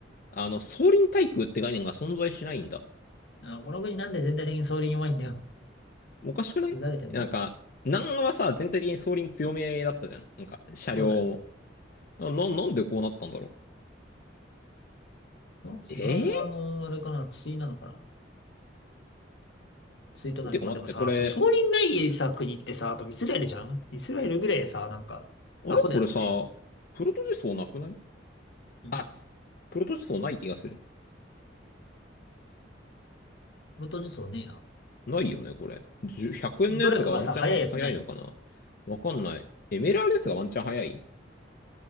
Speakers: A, on the left; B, on the left.
A: あの、総輪対空って概念が存在しないんだ。
B: あ、この国なんで全体的に総理に弱いんだよ。
A: おかしくないいやなんか、
B: ふざけてんな。
A: 南アはさ、全体的に総輪強めだったじゃん。なんか、車両も。
B: そうだね。
A: な、ななんでこうなったんだろ
B: あ、その、
A: う。ええ
B: あの、あれかな、対なのかな。対となる。
A: ーてか待って、
B: まあ、でもさ、
A: これ、
B: そう、総理ないさ、国ってさ、あとイスラエルじゃんイスラエルぐらいさ、なんか、
A: あれこれさ、
B: アホでやってくれよ。
A: プロトジソーなくない
B: ん
A: あ、プロトジソーない気がする。
B: 元そうねえな。
A: ないよね、これ。10 100円のやつがワンチャン早いのかなわかんない。
B: どれかがさ、早いやつない
A: MLRS がワンチャン早い